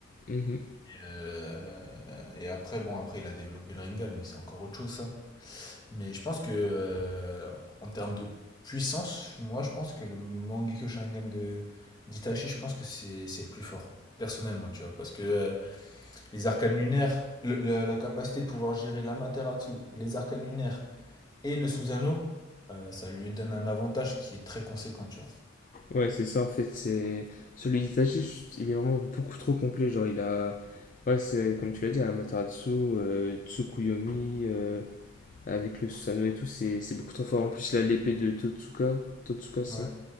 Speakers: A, on the left (about 40°); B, on the left (about 20°).
A: Mhm.
B: Euh, et après, bon, après, il a développé le Rinnegan, mais c'est encore autre chose, ça. Mais je pense que, euh, en termes de puissance, moi, je pense que le Mangekyou Sharingan de d'Itachi, je pense que c'est c'est le plus fort, personnellement, tu vois. Parce que euh, les arcanes lunaires, le- la, la capacité de pouvoir gérer l'Amaterasu, les arcanes lunaires, et le Susano, euh, ça lui donne un avantage qui est très conséquent, tu vois.
A: Ouais, c'est ça, en fait. c'est Celui d'Itachi, il est vraiment beaucoup trop complet. Genre, il a. Ouais, c'est comme tu l'as dit, Amaterasu, euh, Tsukuyomi, euh, avec le Susanoo et tout, c'est c'est beaucoup trop fort. En plus, là, l'épée de Totsuka. Totsuka, ça.
B: Ouais,